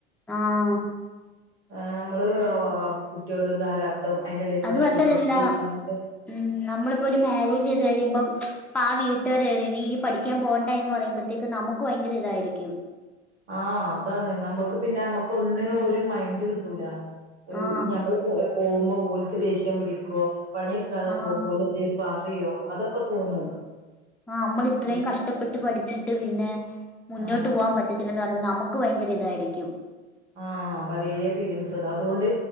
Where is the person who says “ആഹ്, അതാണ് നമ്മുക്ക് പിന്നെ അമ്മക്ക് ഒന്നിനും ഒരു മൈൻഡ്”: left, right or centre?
Right